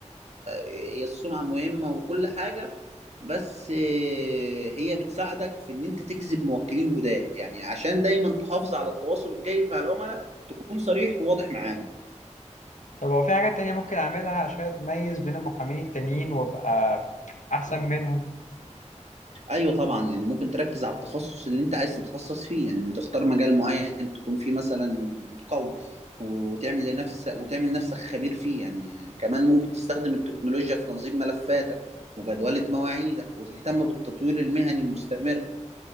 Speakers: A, on the right (about 60°); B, on the left (about 85°).
A: هي السمعة مهمة وكل حاجة بس آه، هي بتساعدك في ان انت تجذب موكلين جداد يعني عشان دايما تحافظ على التواصل الجيد مع العملاء تكون صريح وواضح معاهم
B: طب هو في حاجات تانية ممكن اعملها عشان اتميز بين المحامين التانيين وابقى احسن منهم
A: ايوه طبعا يعني ممكن تركز على التخصص اللي انت عايز تتخصص فيه يعني تختار مجال معين تكون فيه مثلا قوي وتعمل لنفسك وتعمل نفسك خبير فيه يعني كمان ممكن تستخدم التكنولوجيا في تنظيم ملفاتك وجدولة مواعيدك وتهتم بالتطوير المهني المستمر